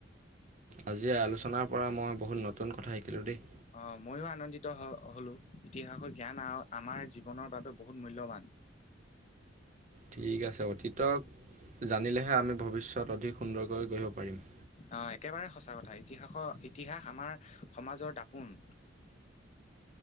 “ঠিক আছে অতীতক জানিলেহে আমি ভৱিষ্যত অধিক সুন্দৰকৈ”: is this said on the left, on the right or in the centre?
Right